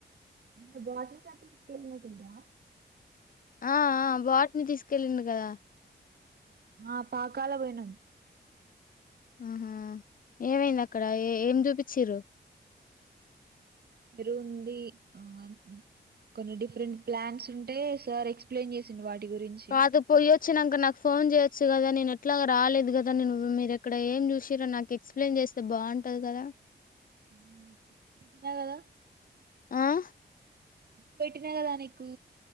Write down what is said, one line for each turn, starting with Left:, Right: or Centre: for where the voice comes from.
Right: మ బాకీసాస్కేళ్ళేది ఉందా
Left: ఆ ఆ బాట్నీ తీసుకెళ్ళిడు కదా
Right: ఆ పాకాల పోయినాం
Left: ఆహా ఏమైంది అక్కడ ఏ ఏం చూపిచిర్రు
Right: చెరువుంది ఆ కొన్ని డిఫరెంట్ ప్లాంట్స్ ఉంటే సార్ ఎక్స్ప్లెయిన్ చేసిండు వాటి గురించి
Left: అది పోయో వచ్చినంక నాకు ఫోన్ చేయొచ్చు కదా నేను ఎట్లాగా రాలేదు కదా నే మీరు ఎక్కడ ఏం చూసిర్రో నాకు ఎక్ప్లయిన్ చే స్తే బాగుంటది కదా
Right: అవున్ నిక్ పీక్ పెట్టినకదా
Left: ఆహ్
Right: పెట్టినకదా నీకు